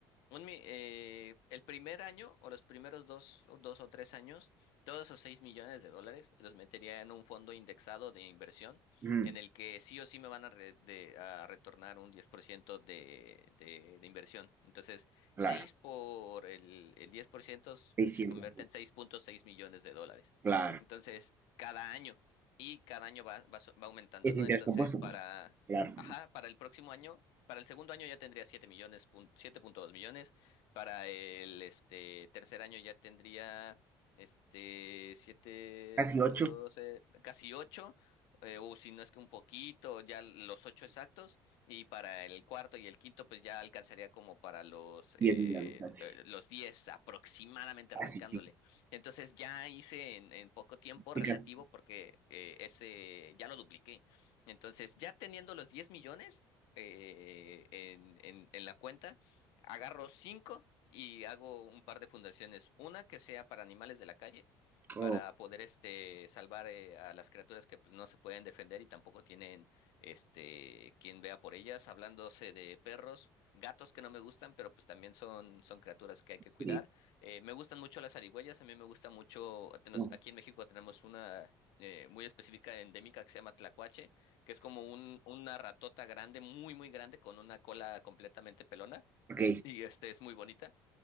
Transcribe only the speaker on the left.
Un mi- eh, el primer año o los primeros dos, o dos o tres años, todos esos 6 millones de dólares los metería en un fondo indexado de inversión
en el que sí o sí me van a, re- de- a retornar un 10% de, de, de inversión. Entonces,
6 por el, el 10% se
convierte en seis punto seis millones de dólares.
Entonces, cada año y cada año va, va, su- va aumentando,
¿no?
Entonces,
para,
ajá, para el próximo año para el segundo año ya tendría 7 millones, pun- siete punto dos millones. Para el este, tercer año ya tendría este, 7.2,
eh, casi 8, eh, o si no es que un poquito, ya los 8 exactos. Y para el cuarto y el quinto, pues ya alcanzaría como para los,
eh,
eh, los 10 aproximadamente
rascándole.
Entonces ya hice en, en poco tiempo
relativo
porque eh, ese ya lo dupliqué. Entonces, ya teniendo los 10 millones, eh, en, en, en la cuenta, agarro cinco y hago un par de fundaciones. Una que sea para animales de la calle,
para poder este, salvar eh, a las criaturas que pues, no se pueden defender y tampoco tienen este, quien vea por ellas. Hablándose de perros, gatos que no me gustan, pero pues también son, son criaturas que hay que cuidar.
Eh, me gustan mucho las zarigüeyas, a mí me gusta mucho, tenemos-
aquí en México tenemos una... eh, muy específica endémica que se llama tlacuache, que es como un, una ratota grande, muy, muy grande, con una cola completamente pelona.
Y este es muy bonita.